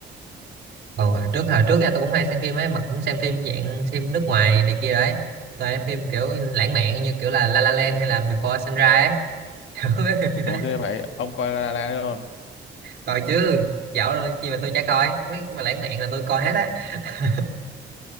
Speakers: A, on the right (about 55°); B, on the left (about 75°).
A: còn hồi trước hồi trước nha tôi cũng hay xem phim ấy mà cũng xem phim dạng phim nước ngoài này kia đấy tôi hay phim kiểu lãng mạn như kiểu là La La Land hay là Before Sunrise ấy <laughs> mấy phim như
B: ủa
A: thế.
B: ghê vậy ông coi La La Land luôn
A: coi chứ dạo rồi gì mà tôi chả coi mấy cái mà lãng mạn là tôi coi hết đấy <laughs>